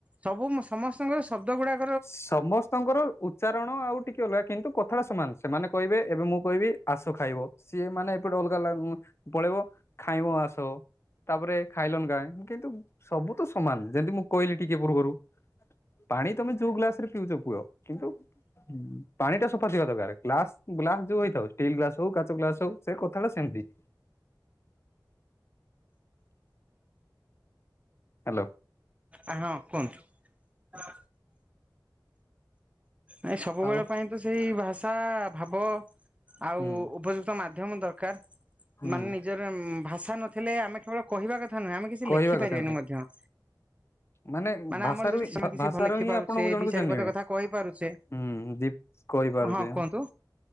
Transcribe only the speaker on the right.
ସବୁ ସମସ୍ତଙ୍କର ଶବ୍ଦ ଗୁଡାକ
ହଁ କୁହନ୍ତୁ। ନାଇଁ ସବୁବେଳ
ପାଇଁ ତ ସେଇ ଭାଷା ଭାବ ଆଉ
ଉପଯୁକ୍ତ ମାଧ୍ୟମ ଦରକାର
ମାନେ ନିଜର ଭାଷା ନଥିଲେ ଆମେ କେବଳ କହିବା କଥା ନୁହେଁ ଆମେ କିଛି
ଲେଖିପାରିବାନି
ମଧ୍ୟ।
ଆମର ଯଦି
ଆମେ କିଛି
ଭଲ ଲେଖି
ପାରୁଛେ
ଦି ଚାରି
ପଦ
କଥା କହିପାରୁଛେ
ହଁ କୁହନ୍ତୁ